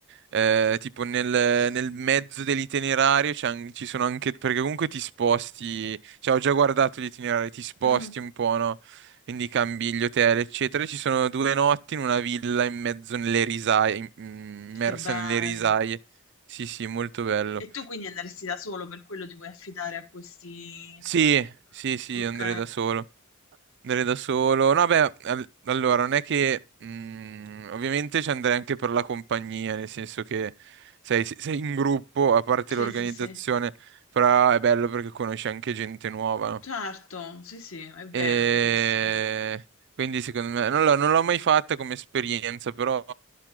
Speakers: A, on the right; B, on the left.
A: eh, tipo, nel, nel mezzo dell'itinerario c'è an- ci sono anche... Perché comunque ti sposti... Cioè, ho già guardato l'itinerario, ti sposti
B: Mhm.
A: un po', no? Quindi cambi gli hotel, eccetera. Ci sono due notti in una villa in mezzo nelle risaie, in- immersa
B: Che bello.
A: nelle risaie. Sì, sì, molto bello.
B: E tu quindi andresti da solo, per quello ti vuoi affidare a questi...
A: Sì, sì, sì,
B: Ok.
A: andrei da solo. Andrei da solo. No, beh, al- allora, non è che... mm, ovviamente ci andrei anche per la compagnia, nel senso che sei, sei in gruppo, a parte
B: Sì,
A: l'organizzazione,
B: sì, sì.
A: però è bello perché conosci anche gente nuova, no?
B: Certo, sì, sì, è vero,
A: E...
B: è verissimo.
A: Quindi secondo me... Non l'ho non l'ho mai fatta come esperienza, però